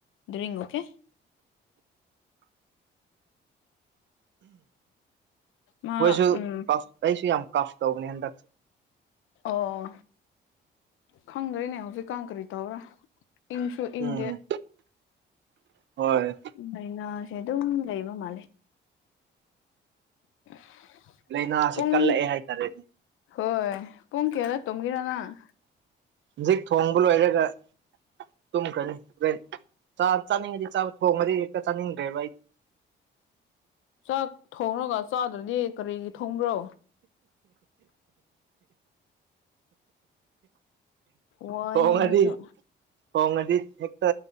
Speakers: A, on the left; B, on the right.
A: ꯗꯔꯤ ꯑꯣꯀꯦ ꯃꯥ
B: ꯃꯣꯏꯁꯨ
A: ꯎꯝ
B: ꯀꯐ ꯑꯩꯁꯨ ꯌꯥꯝ ꯀꯐ ꯇꯧꯕꯅꯦ ꯍꯟꯗꯛ
A: ꯑꯣ ꯈꯪꯗꯣꯏꯅꯦ ꯍꯧꯖꯤꯛꯀ ꯀꯔꯤ ꯇꯧꯕ꯭ꯔꯥ ꯏꯪꯁꯨ ꯏꯪꯗꯦ
B: ꯎꯝ ꯍꯣꯏ
A: ꯍꯥꯏꯅꯁꯦ ꯑꯗꯨꯝ ꯂꯩꯕ ꯃꯥꯜꯂꯦ <inaudible>
B: ꯂꯥꯏꯅꯥꯁꯤ
A: ꯄꯨꯡ
B: ꯀꯜꯂꯛꯑꯦ ꯍꯥꯏꯇꯥꯔꯦ
A: ꯍꯣꯏ ꯄꯨꯡ ꯀꯌꯥꯗ ꯇꯨꯝꯒꯦ ꯑꯉꯥꯡ
B: ꯍꯧꯖꯤꯛ ꯊꯣꯡꯕ ꯂꯣꯏꯔꯒ ꯇꯨꯝꯈ꯭ꯔꯅꯤ ꯆꯥꯛ ꯆꯥꯅꯤꯡꯉꯗꯤ ꯆ ꯊꯣꯡ ꯃꯔꯤ ꯍꯦꯛꯇ ꯆꯥꯅꯤꯡꯈ꯭ꯔꯦꯕ ꯑꯩꯗꯤ
A: ꯆꯥꯛ ꯊꯣꯡꯉꯒ ꯆꯥꯗ꯭ꯔꯅꯤ ꯀꯔꯤꯒꯤ ꯊꯣꯡꯕ꯭ꯔꯣ ꯋꯥꯏꯍꯦ
B: <inaudible> ꯊꯣꯡꯉꯗꯤ
A: ꯅꯣꯏꯁꯨ
B: ꯊꯣꯡꯉꯗꯤ ꯍꯦꯛꯇ